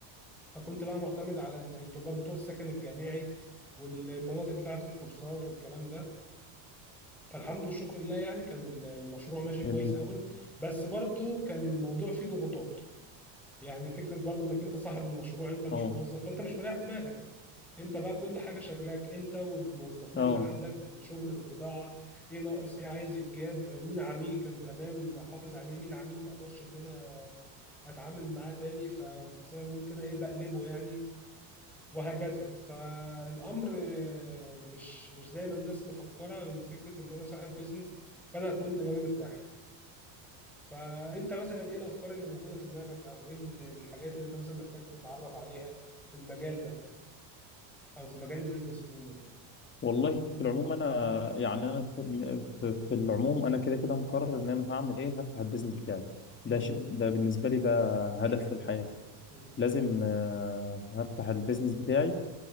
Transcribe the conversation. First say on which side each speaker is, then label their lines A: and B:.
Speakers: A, in the centre; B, on the left.
A: فكنت بقى معتمد على الطلاب بتوع السكن الجامعي والمناطق بتاعة الكورسات والكلام ده فالحمد والشكر لله يعني كان المشروع ماشي
B: جميل
A: كويس قوي بس برضو كان الموضوع فيه ضغوطات يعني فكرة برضو انك انت صاحب المشروع انت مش
B: اه
A: موظف فانت مش مريح دماغك انت بقى كل حاجة شغلاك انت والموظفين
B: اه
A: اللي عندك بالشغل بالبضاعة ايه ناقص ايه عايز يتجاب مين عميل كان تمام حافظ عليه مين عميل ما اقدرش ان انا اتعامل معاه تاني فزي ما بنقول كده ايه بقلبه يعني وهكذا فالامر آه، مش مش زي ما الناس مفكره ان فكره ان انا صاحب بيزنس فانا هكون دماغي مرتاحه فانت مثلا ايه الافكار اللي موجوده في دماغك او ايه ال- الحاجات اللي انت مثلا محتاج تتعرف عليها في المجال ده او في مجال البيزنس عموما
B: والله في العموم انا يعني انا في في في العموم انا كده كده مقرر ان انا هعمل ايه هفتح البيزنس بتاعي
A: مم.
B: ده شيء ده بالنسبه لي ده هدف
A: ان شاء الله
B: في الحياه
A: مم.
B: لازم آه، هفتح البيزنس بتاعي